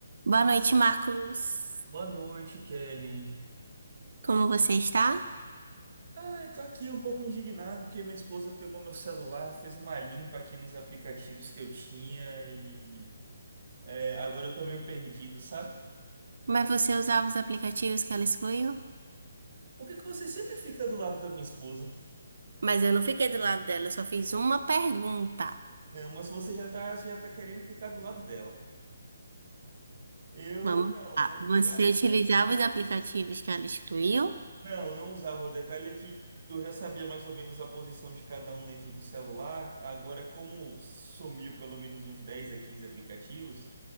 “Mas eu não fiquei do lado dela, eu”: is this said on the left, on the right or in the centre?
Right